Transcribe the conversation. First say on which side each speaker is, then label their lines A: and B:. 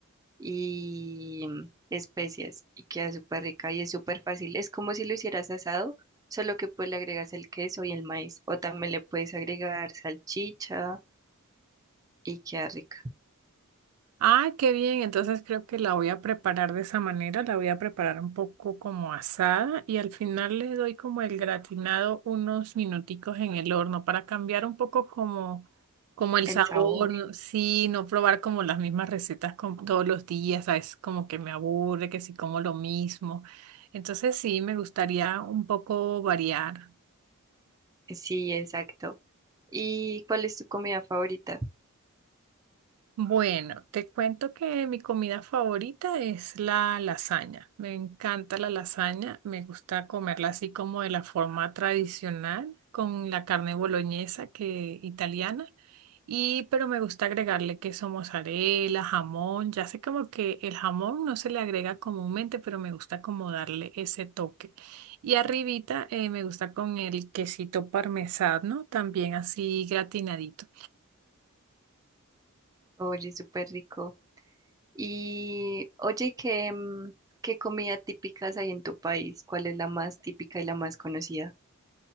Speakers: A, on the right; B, on the right.
A: y mm, especias y queda súper rica y es súper fácil. Es como si lo hicieras asado, solo que pues le agregas el queso y el maíz o también le puedes agregar salchicha y queda rica.
B: Ah, qué bien. Entonces creo que la voy a preparar de esa manera. La voy a preparar un poco como asada y al final le doy como el gratinado unos minuticos en el horno para cambiar un poco como, como el
A: El
B: sabor.
A: sabor,
B: ¿no? Sí, no probar como las mismas recetas como todos los días, ¿sabes? Como que me aburre, que si como lo mismo. Entonces sí, me gustaría un poco variar.
A: sí, exacto. ¿Y cuál es tu comida favorita?
B: Bueno, te cuento que mi comida favorita es la lasaña. Me encanta la lasaña, me gusta comerla así como de la forma tradicional, con la carne boloñesa que italiana, y pero me gusta agregarle queso mozzarella, jamón. Ya sé como que el jamón no se le agrega comúnmente, pero me gusta como darle ese toque. Y arribita eh, me gusta con el quesito parmesano, también así gratinadito.
A: Oye, súper rico. Y oye, ¿qué, mm, qué comida típicas hay en tu país? ¿Cuál es la más típica y la más conocida?